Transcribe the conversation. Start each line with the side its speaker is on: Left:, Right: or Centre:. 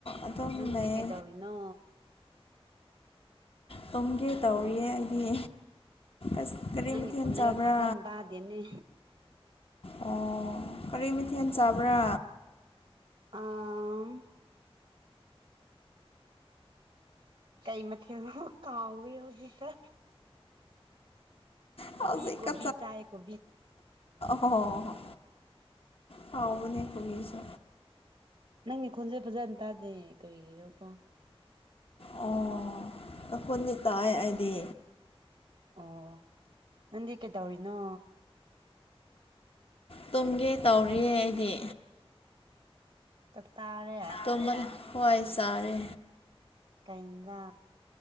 Left: ꯑꯗꯨꯝ
Right: ꯅꯪꯗꯤ
Left: ꯂꯩꯌꯦ
Right: ꯀꯩꯗꯧꯔꯤꯅꯣ
Left: ꯇꯨꯝꯒꯦ ꯇꯧꯔꯤꯌꯦ ꯑꯩꯗꯤ ꯑꯁ ꯀꯔꯤ
Right: ꯅꯪꯒꯤ
Left: ꯃꯊꯦꯜ
Right: ꯈꯣꯟꯖꯦꯜ
Left: ꯆꯥꯕ꯭ꯔꯥ
Right: ꯐꯖꯅ ꯇꯥꯗꯦꯅꯦ
Left: ꯑꯣ ꯀꯔꯤ ꯃꯤꯊꯦꯟ ꯆꯥꯕ꯭ꯔꯥ
Right: ꯑꯥꯝ ꯀꯩ ꯃꯊꯦꯡ ꯀꯥꯎꯥꯎꯔꯦ ꯍꯧꯖꯤꯛꯛꯇ
Left: ꯍꯧꯖꯤꯛꯀ
Right: ꯀꯕꯤ ꯀꯧꯕ ꯆꯥꯀ
Left: ꯑꯣꯍꯣꯏ ꯄꯥꯎꯥꯎꯕ ꯀꯕꯤꯁ
Right: ꯅꯪꯅꯦ ꯈꯣꯟꯁꯦ ꯐꯖꯅ ꯇꯥꯗꯦ ꯀꯔꯤꯒꯤꯔꯣ ꯀꯣ
Left: ꯑꯣ ꯑꯩꯈꯣꯏꯗꯤ ꯇꯥꯏ ꯑꯩꯗꯤ
Right: ꯑꯣ ꯅꯗꯤ ꯀꯦ ꯇꯧꯔꯤꯅꯣ
Left: ꯇꯨꯝꯒꯦ ꯇꯧꯔꯤꯌꯦ ꯑꯩꯗꯤ
Right: ꯆꯥꯛ ꯆꯥꯔꯦ
Left: ꯇ ꯃ ꯍꯣꯏ ꯁꯔꯦ
Right: ꯀꯩꯗ